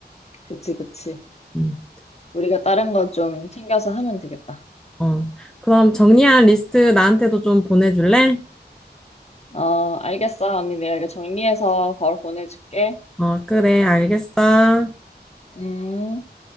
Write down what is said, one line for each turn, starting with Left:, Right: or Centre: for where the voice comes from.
Left: 그치, 그치.
Centre: 음,
Left: 우리가 다른 거 좀 챙겨서 하면 되겠다.
Centre: 어. 그럼 정리한 리스트 나한테도 좀 보내줄래?
Left: 어, 알겠어. 언니 내가 이거 정리해서 바로 보내줄게.
Centre: 어, 그래, 알겠어.
Left: 음.